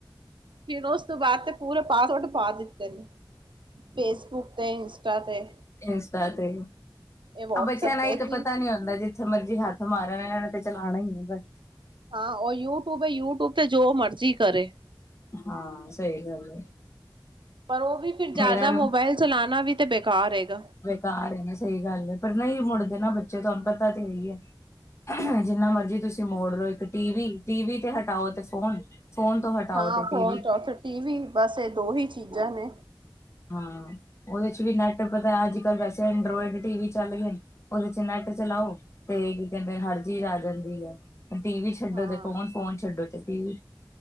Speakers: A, on the right; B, on the left.
A: ਫੇਰ ਉਸ ਤੋਂ ਬਾਅਦ ਤੇ ਪੂਰਾ ਪਾਸਵਰਡ ਪਾ ਦਿੱਤੇ ਨੇ ਫੇਸਬੁੱਕ ਤੇ ਇੰਸਟਾ ਤੇ
B: ਇੰਸਟਾ ਤੇ
A: ਇਹ ਵਟਸਐਪ
B: ਬੱਚਿਆਂ ਨੂੰ
A: ਤੇ
B: ਏ ਹੀ ਤਾਂ
A: ਤਿੰਨ
B: ਪਤਾ
A: ਚੀਜ਼
B: ਨੀ ਹੁੰਦਾ ਜੀ। ਜਿੱਥੇ ਮਰਜ਼ੀ ਹੱਥ ਮਾਰਨ ਇਹਨਾਂ ਨੇ ਤੇ ਚਲਾਣਾ ਹੀ ਹੈ ਬਸ।
A: ਹਾਂ ਉਹ ਯੂਟਿਊਬ ਹੈ ਯੂਟਊਬ ਤੇ ਜੋ ਮਰਜ਼ੀ ਕਰੇ।
B: ਹਾਂ ਸਹੀ ਗੱਲ ਹੈ।
A: ਪਰ ਉਹ ਵੀ ਫੇਰ ਜ਼ਿਆਦਾ
B: ਮੇਰਾ
A: ਮੋਬਾਇਲ ਚਲਾਉਣਾ ਵੀ ਤੇ ਬੇਕਾਰ ਹੈਗਾ।
B: ਘਰ ਏ ਨਾ ਸਹੀ ਗੱਲ ਹੈ ਪਰ ਨਹੀਂ ਮੁੜਦੇ ਨਾ ਬੱਚੇ ਤੁਹਾਨੂੰ ਪਤਾ ਤੇ ਇਹੀ ਹੈ। ਜਿੰਨਾ ਮਰਜੀ ਤੁਸੀਂ ਮੋੜ ਲੋ ਇੱਕ ਟੀ ਵੀ, ਟੀ ਵੀ ਤੇ ਹਟਾਓ ਤੇ ਫੋਨ, ਫੋਨ ਤੋਂ ਹਟਾਓ
A: ਹਾਂ
B: ਤੇ
A: ਫੋਨ
B: ਟੀਵੀ
A: ਚ ਹਟੇ ਟੀ ਵੀ ਬਸ ਇਹ ਦੋ ਹੀ ਚੀਜ਼ਾਂ ਨੇ।
B: ਹਾਂ ਉਹਦੇ ਚ ਵੀ ਨੈਟ ਪਤਾ ਅੱਜ ਕੱਲ ਵੈਸੇ ਐਂਡਰੋਇਡ ਟੀ ਵੀ ਚੱਲ ਗਏ ਨੇ। ਉਹਦੇ ਚ ਨੈਟ ਚਲਾਓ ਤੇ ਕੀ ਕਹਿੰਦੇ ਹਰ ਚੀਜ਼ ਆ ਜਾਂਦੀ ਆ। ਟੀ ਵੀ ਛੱਡੋ
A: ਹਾਂ
B: ਤੇ ਫੋਨ, ਫੋਨ ਛੱਡੋ ਤੇ ਟੀ ਵੀ।